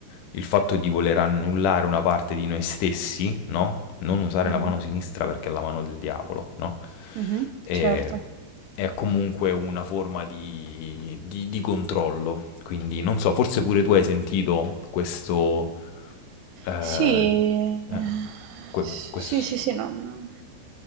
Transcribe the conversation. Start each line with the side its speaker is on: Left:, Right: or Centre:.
Left: il fatto di voler annullare una parte di noi stessi, no? Non usare
Right: Mhm,
Left: la mano sinistra perché è la mano del diavolo, no?
Right: mhm,
Left: E-
Right: Certo.
Left: è comunque una forma di, di- di controllo. Quindi non so, forse pure tu hai sentito questo... eh,
Right: Sì,
Left: eh,
Right: ehm,
Left: que-
Right: s
Left: questo
Right: sì, sì, sì, non